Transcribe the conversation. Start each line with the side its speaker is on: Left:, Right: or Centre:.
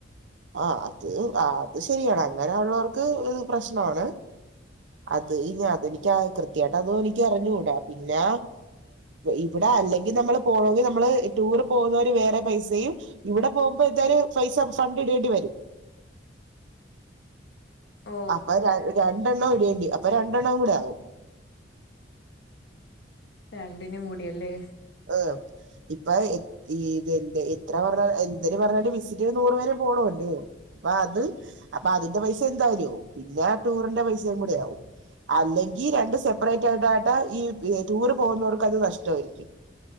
Right: ആഹ് അത് ആഹ് അത് ശരിയാണ്. അങ്ങനെ ഉള്ളോർക്ക് ഒരു പ്രശ്ന്വാണ് അത് ഇ അത് എനിക്ക് കൃത്യായിട്ട് അതും എനിക്കറിഞ്ഞൂ പിന്നെ ഇവടെ അല്ലെങ്കി നമ്മള് പോണോങ്കി നമ്മള് ടൂർ പോകുന്നവര് വേറെ പൈസയും ഇവിടെ പോകുമ്പോ എന്തായാലും പൈസ ഫണ്ട് ഇടേണ്ടി വരും
Left: ഓ
Right: അപ്പൊ രണ്ടെണ്ണം ഇടിയേണ്ടി അപ്പൊ രണ്ടെണ്ണംവും കൂടെ ആവും
Left: രണ്ടിനും കൂടിയല്ലേ
Right: ആഹ് ഇപ്പ ഈത് എന്റെ <unintelligible> ഇത്ര പറഞ്ഞ എന്തിന് പറഞ്ഞാലും വിസിറ്റിന് നൂറ് പേരെ പോണോ അല്ലേ അപ്പൊ അത് അപ്പൊ അതിന്റെ പൈസ എന്തായാലാവും. പിന്നെ ആ ടൂറിന്റെ പൈസയും കൂടി യാവും അല്ലെങ്കി രണ്ട് സെപ്പ്റേറ്റ് ആയിട്ടായിട്ടാ ഈ ടൂറ് പോകുന്നവർക്ക് അത് നഷ്ട വായിരിക്കും